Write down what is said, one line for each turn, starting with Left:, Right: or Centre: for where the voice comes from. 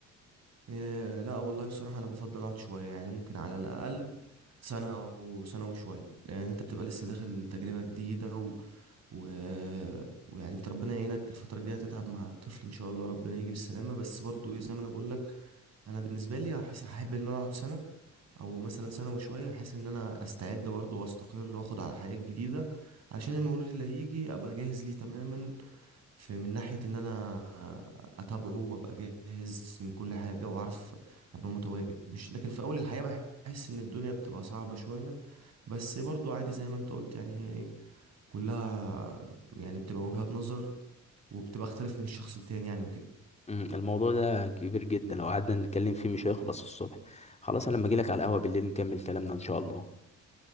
Right: إيه لا والله بصراحة أنا بفضل أقعد شوية يعني ممكن على الأقل سنة أو سنة وشوية لأن أنت بتبقى لسه داخل تجربة جديدة و... و... ويعني أنت ربنا يعينك الفترة الجاية تتعب مع الطفل إن شاء الله ربنا يجي بالسلامة بس برضو إيه زي ما أنا بقولك أنا بالنسبة لي هحس هحب إن أنا أقعد سنة أو مثلا سنة وشوية بحيث إن أنا أستعد برضو وأستقر وأخد على الحياة الجديدة عشان المولود اللي هيجي أبقى جاهز ليه تماما في من ناحية إن أنا أتابعه وأبقى جاهز من كل حاجة وأعرف أبقى متواجد مش لكن في أول الحياة بحس إن الدنيا بتبقى صعبة شوية بس برضو عادي زي ما أنت قلت يعني هي إيه كلها يعني بتبقى وجهات نظر وبتبقى اختلف من الشخص التاني يعني وكده
Left: مم، الموضوع ده كبير جدا لو قعدنا نتكلم فيه مش هيخلص الصبح خلاص انا لما اجي لك على القهوه بالليل نكمل كلامنا ان شاء الله